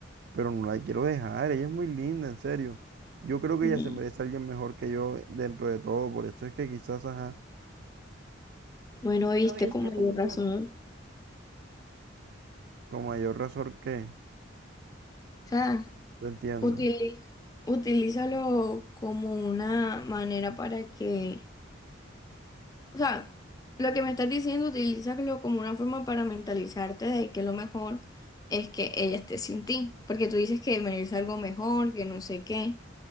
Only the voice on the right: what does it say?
pero no la quiero dejar, ella es muy linda, en serio. Yo creo que
ella se merece a alguien mejor que yo dentro de todo, por eso es que quizás, ajá,
Lo viste
como yo.
con mayor razón que,
lo entiendo.